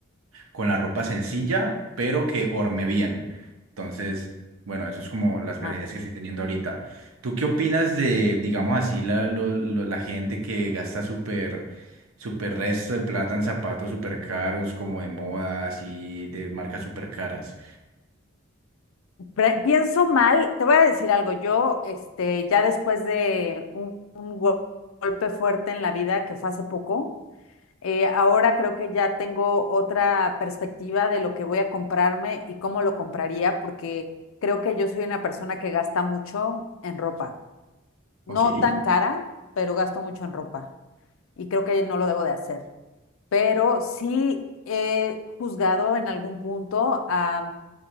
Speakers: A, on the right (about 80°); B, on the left (about 80°).
A: con la ropa sencilla, pero que orme bien. Entonces, bueno, eso es como las
B: ajá.
A: preferencias que estoy teniendo ahorita. ¿Tú qué opinas de, digamos así, la, lo- lo- la gente que gasta súper, súper resto de plata en zapatos súper caros, como de moda, así, de marcas súper caras?
B: Pre- pienso mal, te voy a decir algo. Yo, este, ya después de un, un gol- golpe fuerte en la vida que fue hace poco, eh, ahora creo que ya tengo otra perspectiva de lo que voy a comprarme y cómo lo compraría, porque creo que yo soy una persona que gasta mucho en ropa. No
A: Ok.
B: tan cara, pero gasto mucho en ropa y creo que no lo debo de hacer. pero sí he juzgado en algún punto a,